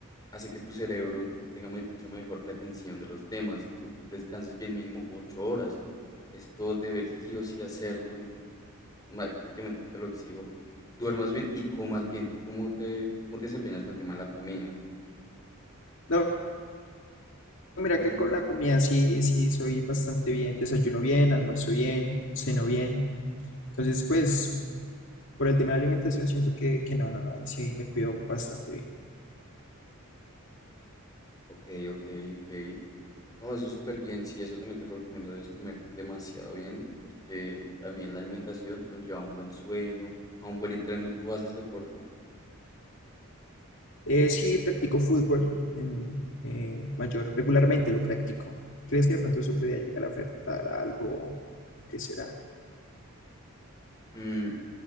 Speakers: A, on the left; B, on the left.
A: hace que tu cerebro tenga me- mucho mejor retención de los temas, que tú descanses bien mínimo ocho horas. Esto deber sí o sí hacerlo, y ma- prácticamente te lo exijo. Duermas bien y comas bien. ¿Tú cómo te, cómo te desempeñas con el tema de la comida?
B: No, Mira
A: Ujú.
B: que con la comida sí, sí soy bastante bien, desayuno bien, almuerzo bien, ceno bien. Entonces, pues, por el tema de la alimentación, siento que, que no, no, no, ahí sí me cuido bastante bien.
A: Ok, ok, ok. No, eso es súper bien. Sí, eso también te lo recomiendo. Debes comer demasiado bien porque también la alimentación conlleva un buen sueño, a un buen entreno. ¿Tú haces deporte?
B: Eh, sí, practico fútbol en, eh, mayor, regularmente lo practico. ¿Crees que de pronto eso podría llegar a afectar a algo? ¿Qué será?
A: Mm,